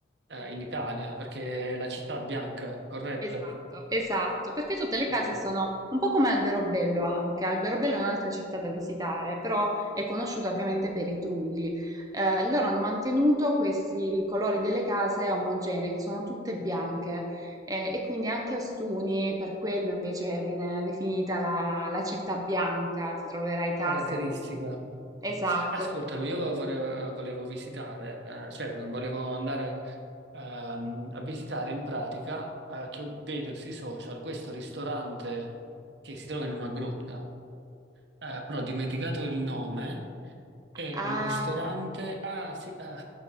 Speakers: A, on the right (about 65°); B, on the right (about 20°).
A: eh, in Italia, perché è la città bianca, corretto?
B: esatto, esatto, perché tutte le
A: Ecco,
B: case sono un po' come Alberobello anche. Alberobello è un'altra città da visitare, però è conosciuta ovviamente per i trulli. Eh, loro hanno mantenuto questi colori delle case omogenee, che sono tutte bianche, eh, e quindi anche Ostuni, per quello invece viene definita la, la città bianca, ti troverai case.
A: caratteristica.
B: no? Esatto.
A: Ascoltami, io volevo, volevo visitare, eh, cioè volevo andare ehm, a visitare in pratica, eh, che vedo sui social, questo ristorante che si trova in una grotta, eh, però ho dimenticato il nome, È
B: Ah,
A: un ristorante. Ah, sì, ah,